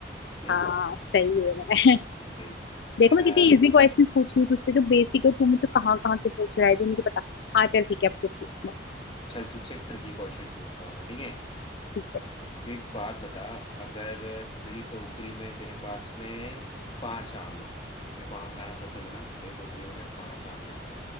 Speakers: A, on the left (about 25°); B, on the left (about 65°).
A: नहीं
B: हाँ सही है <laughs>
A: देख
B: देखो
A: आ,
B: मैं कितने इजी क्वेश्चंस पूछ रही हूँ तुझसे जो बेसिक है तू मुझे कहाँ कहाँ के पूछ रहा है जो मुझे पता हाँ चल ठीक है अब तू पूछ नेक्स्ट
A: चल तुझसे एक ट्रिकी क्वेश्चन पूछता हूँ मैं ठीक है
B: ठीक है
A: तू एक बात बता अगर तेरी टोकरी में तेरे पास में पांच आम है तेरे को आम खाना पसंद है ना तेरी टोकरी में अगर पांच आम है